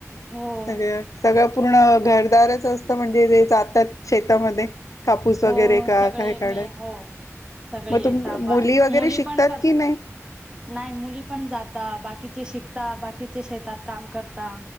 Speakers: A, on the right; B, on the left.
A: हो
B: सगळं सगळं पूर्ण घर <unintelligible> असतं म्हणजे जे जातात शेतामध्ये कापूस वगैरे
A: हो
B: का
A: सगळे
B: काय काढाय?
A: मी हो सगळे
B: मग
A: य
B: तुम वगैरे
A: मुली
B: शिकतात
A: पण कर
B: की नाही?
A: नाही मुली पण जाता बाकीचे शिकता बाकीचे शेतात काम करता